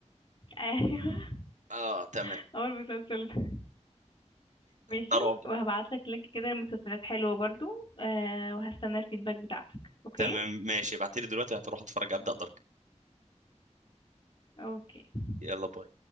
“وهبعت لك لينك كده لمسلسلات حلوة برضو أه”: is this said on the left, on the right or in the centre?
Left